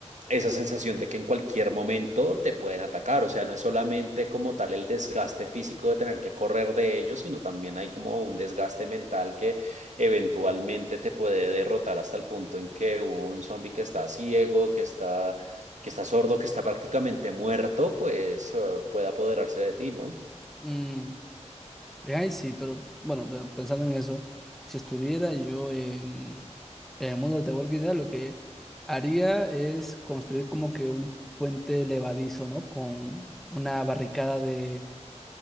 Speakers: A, on the right (about 80°); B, in the centre.
A: esa sensación de que en cualquier momento te pueden atacar. O sea, no es solamente como tal el desgaste físico de tener que correr de ellos, sino también hay como un desgaste mental que eventualmente te puede derrotar hasta el punto en que un zombie que está ciego, que está que está sordo, que está prácticamente muerto, pues eh, puede apoderarse de ti, ¿no?
B: Mm, Eh, Ay, sí, pero bueno, pero pensando en eso, si estuviera yo en, en el mundo de The Walking Dead, lo que haría es construir como que un puente levadizo, ¿no? Con una barricada de,